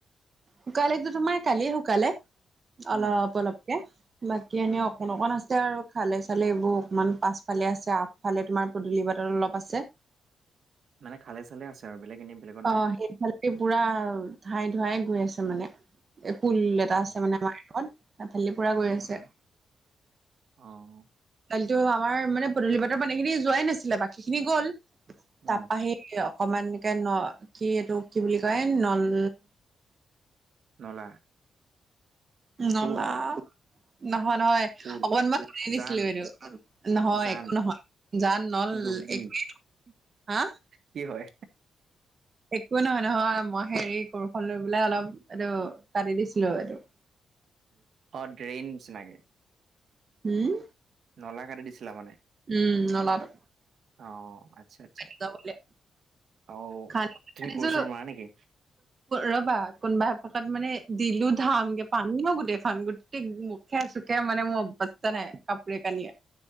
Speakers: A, on the right; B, on the right.
A: শুকালে টো তোমাৰ কালিয়ে শুকালে,
B: উম,
A: অলপ অলপকে। বাকী এনে
B: উম,
A: অকণ অকণ আছে আৰু, খালে চালে এইবোৰ অকমান পাছফালে আছে আ ফালে তোমাৰ পদূলি বাটত অলপ আছে।
B: মানে খালে চালে আছে? আৰু বেলেগ এনেই বেলেগত নাই।
A: অ', সেইফালদি পুৰা ধাই ধুৱাই গৈ আছে মানে। এই পুল এটা
B: অ
A: আছে মানে আমাৰ হেইখন, হেইফালেদি পুৰা গৈ
B: আচ্ছা,
A: আছে।
B: অ' অ'।
A: কালিতো আমাৰ মানে পদূলি বাটৰ পানী খিনি যোৱাই নাছিলে, বাকী খিনি গ'ল। তাৰপা
B: উম,
A: আহি <inaudible> অকমান একে ন', কি এইটো কি বুলি কয়, নল
B: নলা
A: নলা
B: পুল,
A: নহয় নহয়
B: পুল,
A: অকনমান খানি দিছিলো
B: জান,
A: এইটো নহয়
B: জান,
A: একো নহয় জান, নল
B: ডুবি
A: একোৱেই নহয় হা
B: কি হয়
A: একো নহয় নহয় মই হেৰি কোৰ খন লৈ পেলাই অলপ এইটো কাটি দিছিলো এইটো। <inaudible>
B: অ ড্ৰেগিননিচিনাকে
A: হম
B: নলা কাটি দিছিলা মানে
A: উম নলাটো
B: অ আচ্ছা আচ্ছা
A: খান্দি যাবলে
B: অ
A: খান্দি
B: তুমি
A: খান্দিছো
B: কোৰ ছোৰ মাৰা নেকি
A: ৰ'বা কোনবা এপাকত মানে দিলো ধামকে পানী ন গোটেইখন গো মুখে-চুখে মানে মোৰ অভস্তা নাই কাপোৰে- কানিয়ে